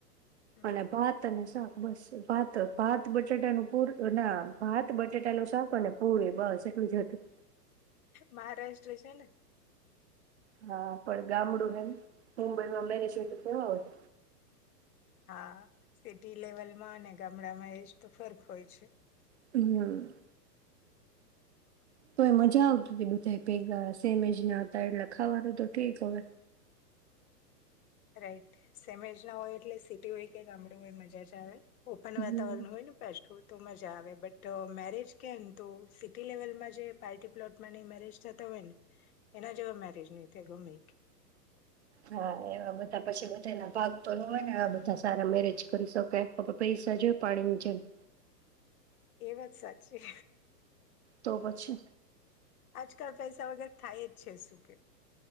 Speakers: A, on the left; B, on the right.
A: હમ.
B: અને ભાત. તને શાક બસ ભાત ભાત બટેટાનું પૂર ના ભાત બટેટા નું શાક પુરી બસ એટલું જ હતું.
A: મહારાષ્ટ્ર છે ને.
B: હા પણ ગામડું હેન મુંબઈમાં મેરેજ હોય તો કેવા હોય.
A: હા સિટી લેવલમાં અને ગામડામાં એજ તો ફર્ક હોય છે.
B: હમ્મ. તો એ મજા આવ વે, બધા ભેગા હશે સેમ એજ ના હતા એટલે ખાવાનું તો ઠીક હવે.
A: રાઈટ. સેમ એજ ના હોય એટલે સિટી હોય કે ગામડું હોય મજા જ આવે. ઓપન
B: હમ.
A: વાતાવરણ હોય ને પાછું તો મજા આવે, બટ ટ મેરેજ કે ને તો સિટી લેવલમાં જે પાર્ટી પ્લોટમાં ને એ મેરેજ થતા હોય ને, એના જેવા મેરેજ નઈ થાય ગમે ઈ.
B: હા. એવા બધા પછી બધાયના ભાગ પર હોવે ને આવા બધા સારા મેરેજ કરી શકે, પપ પૈસા જોય પાણીની જેમ.
A: એ વાત સાચી.
B: તો પછી.
A: આજકાલ પૈસા વગર થાય જ છે શું કે?